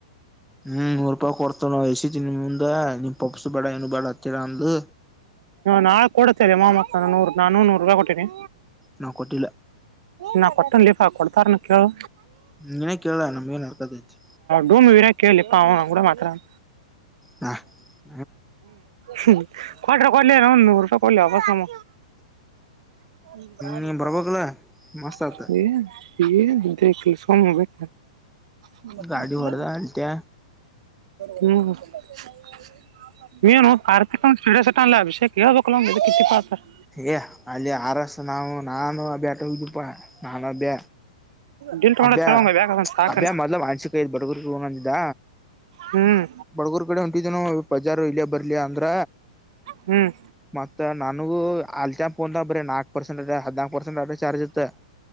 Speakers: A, in the centre; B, on the right.
A: ಹ್ಮ್ ನೂರ್ ರೂಪಾಯಿ ಕೊಡ್ತೇ ನ ಎಸ ತಿನ್ನ ಮುಂದ ನಿಮ್ ಪಪ್ಸ ಬೇಡ ಏನು ಬೇಡ ಹತ್ತಿರ ಅಂದಲ
B: ನಾಳು ಕೊಡ್ತೇನ ಮಾಮ್ಮಕ್ಕ ನೂರು ನಾನು ನೂರು ರೂಪಾಯಿ ಕೊಟ್ಟೀನಿ
A: ನಾವು ಕೊಟ್ಟಿಲ್ಲ
B: ನಾ ಕೊಟ್ಟನ ಲೇಪ ಕೊಡ್ತಾರನ ಕೇಳು
A: ನೀನೇ ಕೇಳ ನಮ್ಗೇನ್ ಅರ್ಥತೈತಿ
B: ಡೂಮ ವೀರ ಕೇಳಿಪ್ಪ ಅವ ಕೂಡ ಮಾತಡಲ್ಲ
A: ವಾಹ <unintelligible>
B: ಹ್ಮ್ ಕಟ ಕಲ್ಲ ನ ಒ ನಪ ಕಲ್ಲ ಅಸಮ್ಮ <unintelligible>
A: ನೀ ಬರ್ಬೇಕಲ ಮಸ್ತ್ ಆತ
B: ಹ <unintelligible> ಸಮಬೇಕ <unintelligible> ಲಕ
A: ಗಾಡಿ
B: ಹಲ್ಲ
A: ಹೊಡ್ದ ಅಲ್ಟ್ಯ
B: ಹ್ಮ <unintelligible> ಮನು ಆರ್ಥಿಕ ಚ ಟಾಣ ಅಭಿಷೇಕ ಯದುೋಗಕಲಿ ಪಾತಾರೆ <unintelligible>
A: ಏ ಅಲ್ಲಿ ಆರಸ ನಾವು ನಾನು ಅಬ್ಯಾಟಪಾ <unintelligible> ನಾನನ್ ಅಬ್ಯ
B: ಡಿಲ್ಟ್ ಮಾಡತ್
A: ಅಭ್ಯ
B: ಹೇಳೋಂಗ ಬ್ಯಾಗ್ ಅದನ್ ಸಾಕನ್
A: ಅಭ್ಯ ಮೊದ್ಲು ಮಾಂಸಿಕ ಬಡಗರು ಹಂದಿದ್ದ
B: ಹ್ಮ್
A: <unintelligible> ಬಡಗೂರ್ ಕಡೆ ಹೊಂಟಿದನು ಬಜಾರ ಇಲ್ಲಯ ಬರ್ಲಯಾ ಅಂದ್ರ
B: ಹ್ಮ್
A: ಮತ್ತತ್ ನನಗು ಅಲ್ಟ ೋನ್ <unintelligible> ಬರೀ ನಾಕ್ ಪರ್ಸೆಂಟ್ ಅ ಹದ್ಾಕಕ್ ಪರ್ಸೆಂಟ್ ಅ ಚಾರ್ಜ್ ಇತ್ತ